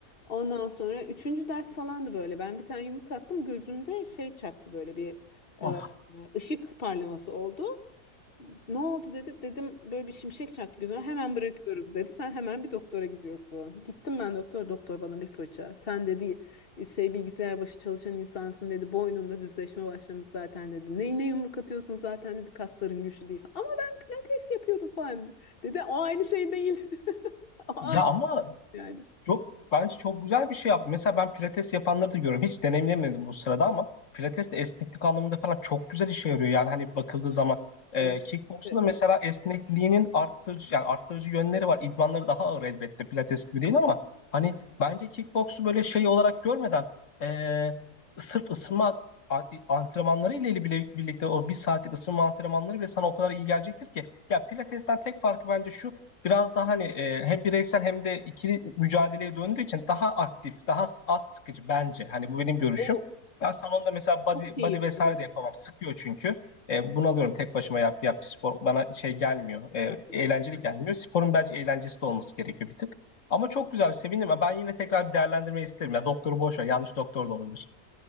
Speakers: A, on the left (about 40°); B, on the left (about 55°).
A: Ondan sonra üçüncü ders falandı böyle. Ben bir tane yumruk attım. Gözümde şey çaktı böyle bir
B: Ah,
A: e, ışık parlaması oldu. Ne oldu dedi. Dedim böyle bir şimşek çaktı gözüme. Hemen bırakıyoruz dedi. Sen hemen bir doktora gidiyorsun. Gittim ben doktor. Doktor bana bir fırça. Sen dedi şey bilgisayar başı çalışan insansın dedi. Boynunda düzleşme başlamış zaten dedi. Neyine yumruk atıyorsun zaten dedi. Kasların güçlü değil falan. Ama ben pilates yapıyordum falan. Dedi o aynı şey değil. <laughs> O aynı
B: Ya ama
A: yani.
B: Çok bence çok güzel bir şey yaptı. Mesela ben pilates yapanları da görüyorum. Hiç deneyimlemedim bu sırada ama pilates de esneklik anlamında falan çok güzel işe yarıyor. Yani hani bakıldığı zaman e,
A: Evet.
B: kickboksta
A: Evet.
B: da mesela esnekliğinin arttırıcı yani arttırıcı yönleri var. İdmanları daha ağır elbette pilates gibi değil ama hani bence kickboksu böyle şey olarak görmeden e, sırf ısınma a- antrenmanları ile bile birlikte o bir saatlik ısınma antrenmanları bile sana o kadar iyi gelecektir ki. Ya pilatesten tek farkı bence şu biraz daha hani e, hem bireysel hem de ikili mücadeleye döndüğü için daha aktif, daha az sıkıcı bence. Hani bu benim görüşüm.
A: O
B: Ben salonda mesela body,
A: çok keyifli.
B: body vesaire de yapamam. Sıkıyor çünkü. E, bunalıyorum tek başıma yap, yap bir spor. Bana şey gelmiyor. E,
A: Hı hı.
B: eğlenceli gelmiyor. Sporun bence eğlencesi de olması gerekiyor bir tık. Ama çok güzel, sevindim. Ya Ben yine tekrar bir değerlendirmeyi isterim. Ya doktoru boş ver. Yanlış doktor da olabilir.